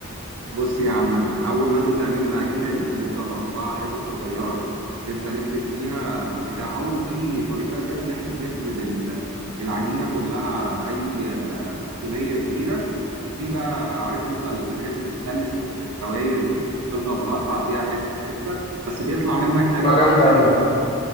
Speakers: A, on the right; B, on the left.
A: بص يا عم انا اول ما انت تعمل العجينه دي هنبدا نقطعها حتت صغيره نبدا نفرد فيها بتاع او في طريقه كده ان احنا بنفرد ال- العجينه كلها على اي آه، صينيه كبيره وفي بقى عارف انت الحاجات اللي الستانلس الس- الدواير دي تفضل تقطع فيها حته حته بس بيطلع منك هلك
B: تبقى جامدة
A: هلك
B: اوي دي